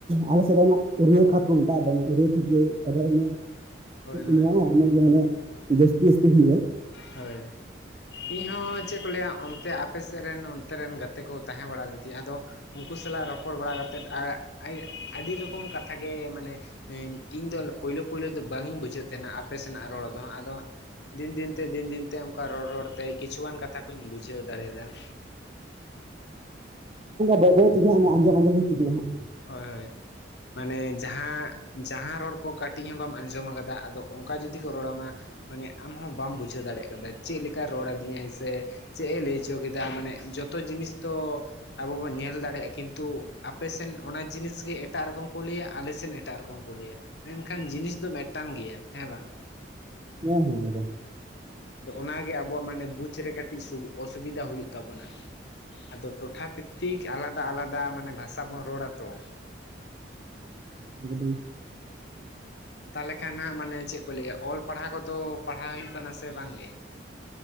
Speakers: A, on the right (about 30°); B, on the left (about 60°).
A: ᱟᱞᱮ ᱮᱥᱮᱫ ᱫᱚ ᱚᱱᱟ ᱨᱩᱭᱟᱹ ᱠᱷᱟᱛ ᱠᱚ ᱢᱮᱛᱟᱜᱼᱟ, ᱫᱚᱢᱮ <unintelligible>
B: ᱦᱳᱭ ᱦᱳᱭ
A: ᱧᱟᱢᱚᱜᱼᱟ, ᱚᱱᱟ ᱫᱚ ᱢᱟᱱᱮ ᱡᱟᱹᱥᱛᱤ ᱡᱟᱹᱥᱛᱤ ᱦᱩᱭᱩᱜᱼᱟ᱾
B: ᱦᱳᱭ᱾ ᱤᱧᱦᱚᱸ ᱪᱮᱫ ᱠᱚ ᱞᱟᱹᱭᱼᱟ, ᱚᱱᱛᱮ ᱟᱯᱮ ᱥᱮᱫ ᱨᱮᱱ ᱚᱱᱛᱮ ᱨᱮᱱ ᱜᱟᱛᱮ ᱠᱚ ᱛᱟᱦᱮᱸ ᱵᱟᱲᱟ ᱞᱮᱱ ᱛᱤᱧᱟᱹ᱾ ᱟᱫᱚ ᱩᱱᱠᱩ ᱥᱟᱞᱟᱜ ᱨᱚᱯᱚᱲ ᱵᱟᱲᱟ ᱠᱟᱛᱮᱫ ᱟᱨ ᱟᱹᱰᱤ ᱨᱚᱠᱚᱢ ᱠᱟᱛᱷᱟ ᱜᱮ ᱢᱟᱱᱮ <unintelligible> ᱤᱧ ᱫᱚ ᱯᱳᱭᱞᱳ ᱯᱳᱭᱞᱳ ᱫᱚ ᱵᱟᱝ ᱤᱧ ᱵᱩᱡᱷᱟᱹᱣ ᱛᱟᱦᱮᱱᱟ ᱟᱯᱮ ᱥᱮᱱᱟᱜ ᱨᱚᱲ ᱫᱚ ᱦᱟᱜ᱾ ᱟᱫᱚ ᱫᱤᱱ ᱫᱤᱱ ᱫᱤᱱ ᱫᱤᱱ ᱛᱮ ᱚᱱᱠᱟ ᱨᱚᱲ ᱨᱚᱲ ᱛᱮ ᱠᱤᱪᱷᱩ ᱜᱟᱱ ᱠᱟᱛᱷᱟ ᱠᱚᱧ ᱵᱩᱡᱷᱟᱹᱣ ᱫᱟᱲᱮᱭᱟᱫᱟ᱾ <inaudible>
A: ᱵᱟᱹᱭ ᱵᱟᱹᱭ ᱛᱤᱜᱮ ᱦᱟᱸᱜ ᱟᱸᱡᱚᱢ ᱟᱸᱡᱚᱢ ᱦᱟᱸᱜ
B: ᱦᱳᱭ ᱦᱳᱭ᱾ ᱢᱟᱱᱮ ᱡᱟᱦᱟᱸ ᱡᱟᱦᱟᱸ ᱨᱚᱲ ᱠᱚ ᱠᱟᱹᱴᱤᱡ ᱦᱚᱸ ᱵᱟᱢ ᱟᱸᱡᱚᱢ ᱠᱟᱫᱟ, ᱟᱫᱚ ᱚᱱᱠᱟ ᱡᱩᱫᱤ ᱠᱚ ᱨᱚᱲᱟᱢᱟ ᱢᱟᱱᱮ ᱟᱢᱦᱚᱸ ᱵᱟᱢ ᱵᱩᱡᱷᱟᱹᱣ ᱫᱟᱲᱮᱭᱟᱜ ᱠᱟᱫᱟ᱾ ᱪᱮᱫᱠᱟᱭ ᱨᱚᱲ ᱟᱹᱫᱤᱧᱟᱭ ᱥᱮ? ᱪᱮᱫ ᱮ ᱞᱟᱹᱭ ᱦᱚᱪᱚ ᱠᱮᱫᱟ? ᱢᱟᱱᱮ ᱡᱚᱛᱚ ᱡᱤᱱᱤᱥ ᱫᱚ ᱟᱵᱚ ᱵᱚᱱ ᱧᱮᱞ ᱫᱟᱲᱮᱭᱟᱜᱼᱟ, ᱠᱤᱱᱛᱩ ᱟᱯᱮᱥᱮᱫ ᱚᱱᱟ ᱡᱤᱱᱤᱥ ᱜᱮ ᱮᱴᱟᱜ ᱨᱚᱠᱚᱢ ᱠᱚ ᱞᱟᱹᱭᱟ᱾ ᱟᱞᱮᱥᱮᱱ ᱮᱴᱟᱜ ᱨᱚᱠᱚᱢ ᱠᱚ ᱞᱟᱹᱭᱟ᱾ ᱢᱮᱱᱠᱷᱟᱱ ᱡᱤᱱᱤᱥ ᱫᱚ ᱢᱤᱫᱴᱟᱝ ᱜᱮᱭᱟ ᱦᱮᱸ ᱵᱟᱝ᱾
A: ᱦᱩᱸ ᱦᱩᱸ ᱮᱠᱫᱚᱢ᱾
B: ᱟᱫᱚ ᱚᱱᱟ ᱜᱮ ᱟᱵᱚᱣᱟᱜ ᱢᱟᱱᱮ ᱵᱩᱡ ᱨᱮ ᱠᱟᱹᱴᱤᱡ ᱚᱥᱩᱵᱤᱫᱟ ᱦᱩᱭᱩᱜ ᱛᱟᱵᱚᱱᱟ᱾ ᱟᱫᱚ ᱴᱚᱴᱷᱟ ᱫᱷᱤᱠ ᱟᱞᱟᱫᱟ ᱟᱞᱟᱫᱟ ᱢᱟᱱᱮ ᱵᱷᱟᱥᱟ ᱵᱚᱱ ᱨᱚᱲᱟ ᱛᱚ᱾
A: ᱦᱮᱞᱳ!
B: ᱛᱟᱦᱚᱞᱮ ᱠᱷᱟᱱ ᱦᱟᱸᱜ ᱢᱟᱱᱮ ᱪᱮᱫ ᱠᱚ ᱞᱟᱹᱭᱟ ᱚᱞ ᱯᱟᱲᱦᱟᱣ ᱠᱚᱫᱚ ᱯᱟᱲᱦᱟᱣ ᱦᱩᱭᱩᱜ ᱠᱟᱱᱟ ᱥᱮ ᱵᱟᱝ ᱜᱮ?